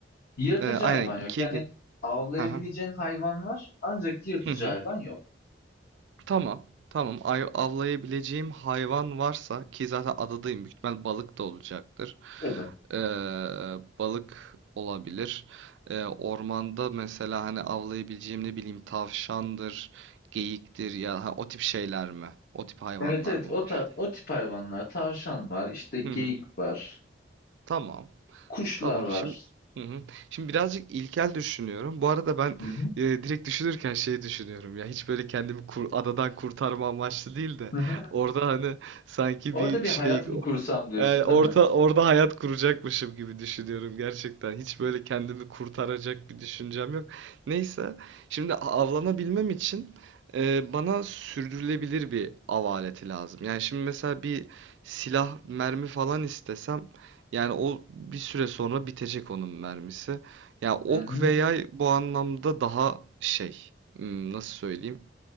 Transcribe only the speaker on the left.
Yırtıcı
hayvan
yok. Yani
avlayabileceğin
hayvan var ancak yırtıcı
hayvan yok.
Evet.
Evet evet
o,
ta- o tip hayvanlar. Tavşan var, işte geyik
var,
kuşlar
var.
Hı
hı. <laughs>
Orada
bir
hayat mı kursam diyorsun
değil mi?
Hı
hı.